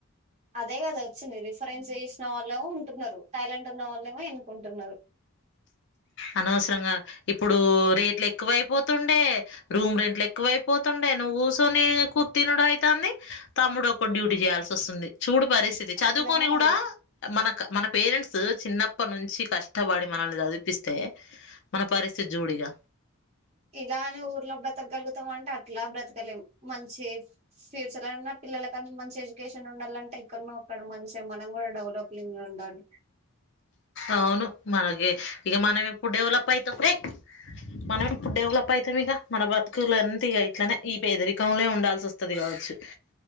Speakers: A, on the right; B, on the left.
A: అదే కదా వచ్చింది రిఫరెన్స్ చేసిన వాళ్ళేమో ఉంటున్నారు టాలెంట్ ఉన్న వాళ్ళేమో వెనుకుంటున్నారు
B: అనవసరంగా ఇప్పుడు రేట్ల ఎ ఎక్కువైపోతుండే రూమ్ రెంట్లు ఎక్కువైపోతుండే నువ్వు కూర్చొని కుర్ తినుడు అయితు అంది తమ్ముడు ఒక డ్యూటీ చేయాల్సి వస్తుంది చూడు పరిస్థితి చదువుకొని
A: అట్లనే
B: కూడా
A: ఉంది
B: మన మన పేరెంట్స్ చిన్నప్ప నుంచి కష్టపడి చదిపిస్తే మన పరిస్థితి జూడిగా
A: ఇలా అని ఊర్లో బ్రతకగలుగుతాం అంటే అట్లా బ్రతకలేం మంచి ఫ్యూచర్ న్నా పిల్లలకన్నా మంచి ఎడ్యుకేషన్ ఉండాలంటే ఇక్కడనో అక్కడ మంచిగా మనం కూడా డెవలప్ంగ్ ఉండాలి
B: అవును మనగ ఇక మనవి ఇప్పుడు డెవలప్ అయిత ఫ రే మనం ఎప్పుడు డెవలప్ పయితంక మన బతుకులన్న ఇట్లనే ఈ పేదరికంలో ఉండాల్సి వస్తుంది కావచ్చు